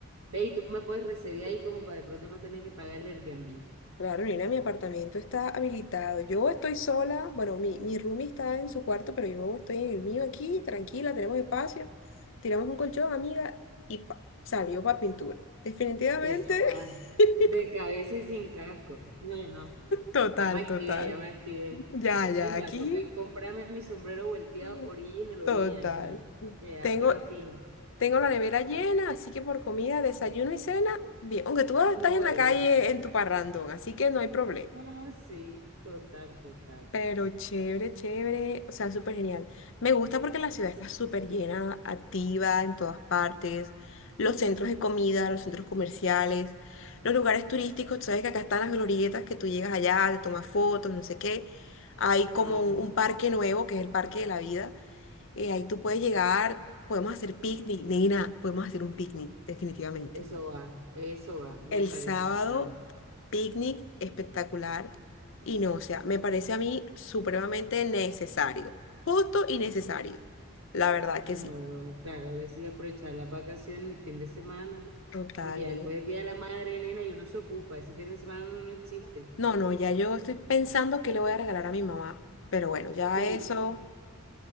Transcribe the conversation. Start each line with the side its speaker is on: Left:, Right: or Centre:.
Right: Ve, y tú me puedes recibir ahí como para de pronto no tener que pagar el Airbnb.
Left: Claro, Nina, mi apartamento está habilitado. Yo estoy sola, bueno, mi, mi roomie está en su cuarto, pero yo estoy en el mío aquí, tranquila, tenemos espacio. Tiramos un colchón, amiga, y pa, salió para pintura. Definitivamente.
Right: Eso va
Left: <laughs>
Right: de cabeza y sin casco. No, no.
Left: Total,
Right: Ya me activé,
Left: total.
Right: ya me activé.
Left: Ya, ya,
Right: De me
Left: aquí.
Right: va a tocar comprarme mi sombrero volteado
Left: mm,
Right: original, original,
Left: Total.
Right: pa. Queda,
Left: Tengo,
Right: pero a fin.
Left: tengo la nevera llena, así que por comida, desayuno y cena, bien. Aunque tú estás
Right: No
Left: en
Right: es.
Left: la calle en tu parrandón, así que no hay problema.
Right: Ah, sí, total, total.
Left: Pero chévere, chévere, o sea, súper genial. Me gusta porque la ciudad está súper llena, activa en todas partes. Los centros de comida, los centros comerciales, los lugares turísticos, tú sabes que acá están las glorietas, que tú llegas allá, te tomas fotos, no sé qué. Hay como
Right: Ah,
Left: un un parque nuevo, que es el Parque de la Vida. eh, ahí tú puedes llegar, podemos hacer picnic, nena, podemos hacer un picnic, definitivamente.
Right: eso va, eso va. Me
Left: El
Right: parece
Left: sábado,
Right: ese plan.
Left: picnic espectacular. Y no, o sea, me parece a mí supremamente necesario. Justo y necesario. La verdad
Right: No,
Left: que sí.
Right: claro que sí, aprovechar las vacaciones el fin de semana,
Left: Total.
Right: porque ya
Left: ni-
Right: después del Día de la Madre, nena, y uno se ocupa. Ese fin de semana uno no existe.
Left: No, no, ya yo estoy pensando qué le voy a regalar a mi mamá. Pero bueno, ya
Right: Sí,
Left: eso